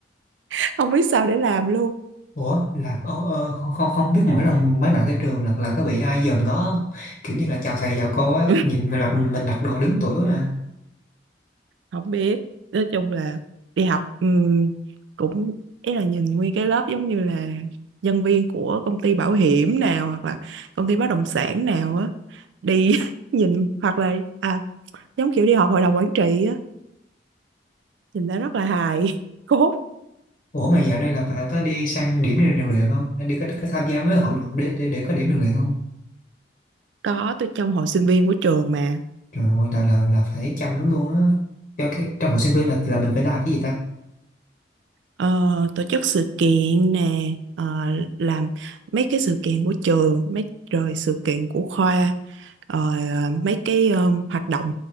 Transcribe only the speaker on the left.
Ủa là ờ, ờ, không không biết mỗi lần mấy bạn tới trường là là có bị ai dòm ngó không? Kiểu như là chào thầy chào cô á
nhìn mình mặc mình mặc đồ đứng tuổi mà
Ủa mà dạo này là bạn có đi sang điểm rèn rèn luyện không? Hay đi có, có tham gia mấy hoạt động để, để để có điểm rèn luyện không?
Trời ơi là là, là phải chăm lắm luôn á. Cho cái- Trong một sinh viên là là mình phải làm cái gì ta?